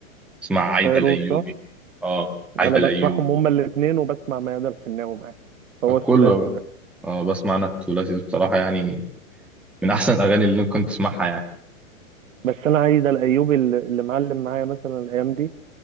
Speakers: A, in the centre; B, on the right.
A: بسمع عايدة
B: فيروز
A: الأيوبي
B: صح؟
A: اه
B: انا
A: عايدة
B: بسمعهم
A: الأيوب
B: هما الاثنين وبسمع ميادة الحناوي معاه هو الثلاثي
A: كله بقى
B: ده
A: اه بسمع أنا طفولتي بصراحة يعني من أحسن الأغاني اللي أنا كنت أسمعها يعني
B: بس انا عايز الايوبي اللي اللي معلم معايا مثلا الايام دي